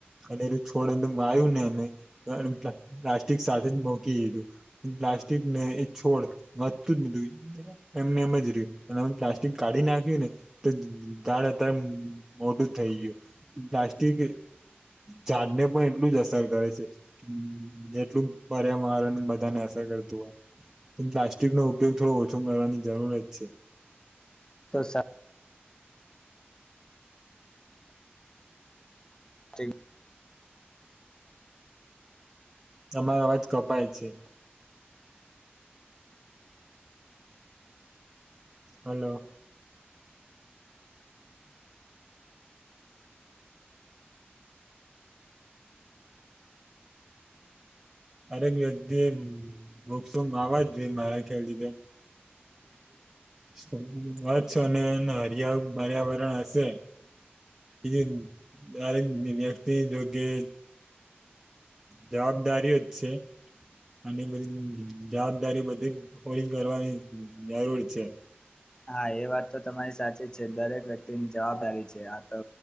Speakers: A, on the right; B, on the left.
A: અને એરુ છોડ અંદર વાયું ને અમે તો એન પ્લાસ્ટિક સાથે જ મોકી દીધું પ્લા પ્લાસ્ટિકને એ છોડ વધતું જ નતુ એમને એમ જ રહ્યું અને પ્લાસ્ટિક કાઢી નાખ્યું. તો તાર અત્યારે મોટું થઈ ગયું પ્લાસ્ટિક જાડને પણ એટલું જ અસર કરે છે. જેટલું પર્યાવરણ બધાને અસર કર પણ પ્લાસ્ટિક નો ઉપયોગ થોડો ઓછો કરવાની જરૂરત છે.
B: તો સા છે.
A: તમારો અવાજ કપાય છે. હલો. દરેક વ્યક્તિ વૃક્ષો વાવવા જ જોઈ મારા ખ્યાલથી. <unintelligible> વા અને એ હરિયાળ પર્યાવરણ હશે. <inaudible> વ્યક્તિ યોગ્ય. જવાબદારીઓ જ છે. આ બધી જવાબદારી બધી પરી કરવાની જરૂર છે.
B: હા એ વાત તો તમારી સાચી જ છે દરેક વ્યક્તિની જવાબદારી છે. આ તો